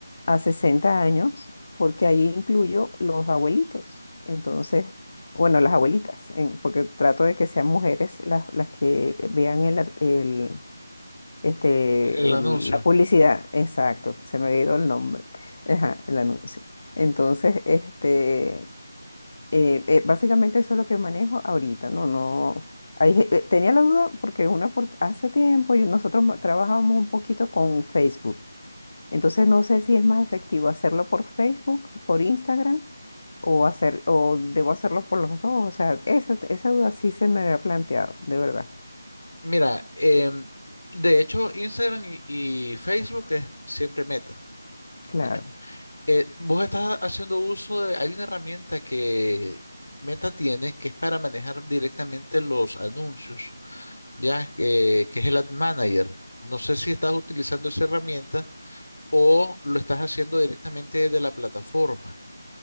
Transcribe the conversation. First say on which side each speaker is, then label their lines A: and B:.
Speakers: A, on the left (about 35°); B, on the left (about 75°).
A: a sesenta años, porque ahí incluyo los abuelitos. Entonces, bueno, las abuelitas, en- porque trato de que sean mujeres las, las que vean el, ar- el- este,
B: El anuncio.
A: el- la publicidad. Exacto,
B: Ujú.
A: se me había ido el nombre, ajá, el anuncio. Entonces, este, eh, eh, básicamente eso es lo que manejo ahorita, ¿no? No, Ahí, je- eh, tenía la duda porque una, por- hace tiempo yo- nosotros ma- trabajábamos un poquito con Facebook. Entonces no sé si es más efectivo hacerlo por Facebook, por Instagram o hacer o debo hacerlo por los dos. O sea, esa, esa duda sí se me había planteado, de verdad.
B: Mira, em, de hecho, Instagram y, y Facebook es siempre Meta,
A: Claro.
B: ¿ya? Eh, vos estás haciendo uso de, hay una herramienta que Meta tiene que es para manejar directamente los anuncios ya, eh, que es el Ad Manager. No sé si estás utilizando esa herramienta o lo estás haciendo directamente de la plataforma.